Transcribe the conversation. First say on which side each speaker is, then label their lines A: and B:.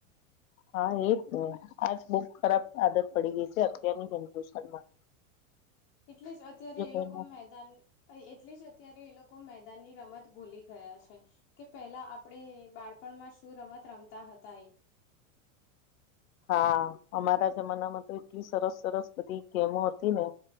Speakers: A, on the left; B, on the left.
A: હા એજ ને આ જ બહ ખરાબ આદત પડી ગઈ છે અત્યારની જનરેશનમાં.
B: એટલે જ અત્યારે
A: જે
B: એ
A: કોઈને
B: લોકો મેદાન એટલે જ અત્યારે એ લોકો મેદાનની રમત ભૂલી ગયા છે, કે પેલા આપણે બાળપણમાં શું રમત રમતા છતાય
A: હા અમારા જમાનામાં તો એટલી સરસ સરસ બધી ગેમો હતી ને,